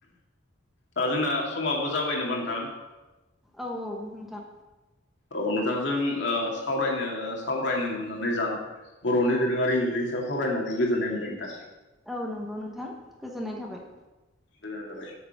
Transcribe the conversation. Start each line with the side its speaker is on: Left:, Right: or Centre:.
Left: दा जोंना समाबो जाबायनो नामा नोंथां?
Centre: औ औ नोंथां
Left: औ नोंथांजों ओ सावरायनो सावरायनो मोननानै जाना बर'नि दोरोंङारि ओंख्रिनि सायाव सावरायनानै गोजोननाय मोनबाय नोंथां।
Centre: औ नंगौ नोंथां गोजोननाय थाबाय।
Left: गोजोन थाबाय